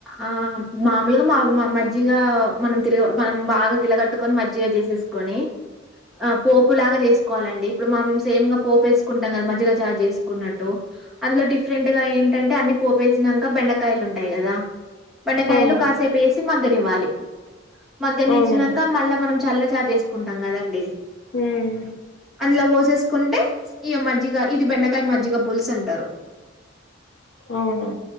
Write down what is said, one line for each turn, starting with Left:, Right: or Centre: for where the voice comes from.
Centre: ఆ మామూలుగా మా మజ్జిగా మనం తిరిగ మనం బాగా గిలగట్టు కొని మజ్జిగా చేసేసుకొని ఆ పోపులాగా చేసుకోవాలండి. ఇప్పుడు మనం సేమ్ గా పోపేసుకుంటాం కదా మజ్జిగా చారు చేసుకున్నట్టు. అందులో డిఫరెంట్ గా ఏంటంటే అన్ని పోపే బెండకాయలు ఉంటాయి కదా బెండకాయలు
Left: అవును
Centre: కాసేపు వేసి మగ్గనివ్వాలి మగనించినాక
Left: అవునండి
Centre: మళ్ళా మనం చల్ల చార్ చేసుకుంటాం కదండి
Left: మ్మ్మ్మ్
Centre: అందులో పోసేసుకుంటే ఇక మజ్జిగ ఇది బెండకాయ మజ్జిగ పులుసు అంటారు
Left: అవునా